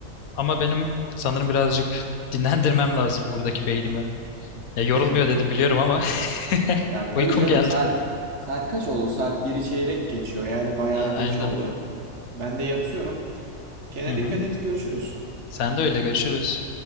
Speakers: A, on the left; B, on the right.
A: Ama benim sanırım birazcık dinlendirmem lazım buradaki beynimi. Ya yorulmuyor
B: <laughs>
A: dedim biliyorum ama <laughs>
B: Ya tabii
A: uykum
B: canım
A: geldi.
B: saat saat kaç oldu? Saat 1'i çeyrek geçiyor. Yani bayağı
A: Aynen.
B: geç oldu. Ben de yatıyorum. Kendine
A: Hı hı.
B: dikkat et. Görüşürüz.
A: Sen de öyle görüşürüz.